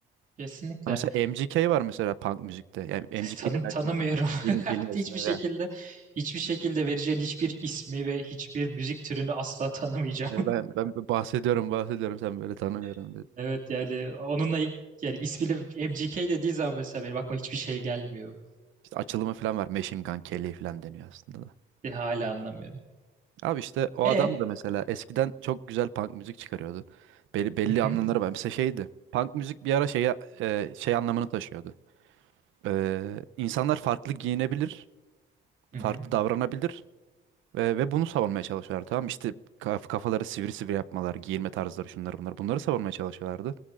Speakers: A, on the right; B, on the right.
A: Kesinlikle.
B: Ha mesela MGK var mesela punk müzikte. Yani MGK'yi
A: Tan
B: de belki
A: tanımıyorum.
B: bil,
A: <laughs>
B: bilmiyorsun.
A: Hiçbir şekilde
B: Evet.
A: hiçbir şekilde vereceğin hiçbir ismi ve hiçbir müzik türünü asla tanımayacağım.
B: Yani Ben, ben bahsediyorum bahsediyorum sen böyle tanımıyorum
A: <laughs>
B: dedim.
A: Evet yani onunla ilk- yani ismini MGK dediği zaman mesela benim aklıma hiçbir şey gelmiyor.
B: İşte açılımı falan var. Machine Gun Kelly falan deniyor aslında
A: Bir Hala anlamıyorum.
B: Abi işte o
A: E.
B: adam da mesela eskiden çok güzel punk müzik çıkarıyordu. Belli, belli
A: Hı hı.
B: anlamları var. Mesela şeydi. Punk müzik bir ara şeye, e, şey anlamını taşıyordu. Ee, insanlar farklı giyinebilir,
A: Hı
B: farklı
A: hı.
B: davranabilir ve, ve bunu savunmaya çalışıyorlar tamam mı? İşte kaf- kafaları sivri sivri yapmalar, giyinme tarzları şunlar bunlar. Bunları savunmaya çalışıyorlardı.